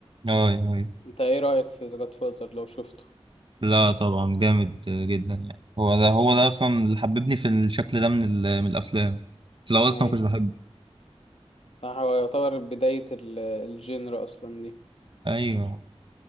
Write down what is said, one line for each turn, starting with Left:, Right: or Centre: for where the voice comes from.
Right: أيوه أيوه
Left: انت ايه رأيك في ذا جاد فازر لو شفته
Right: لا طبعا جامد آه، جدا يعني هو ده هو ده أصلا اللي حببني في الشكل ده من, ال... من الأفلام لو
Left: ايوه
Right: أصلا ما كنتش بحبه
Left: صح هو يعتبر بداية ال- الجينر اصلا دي
Right: أيوه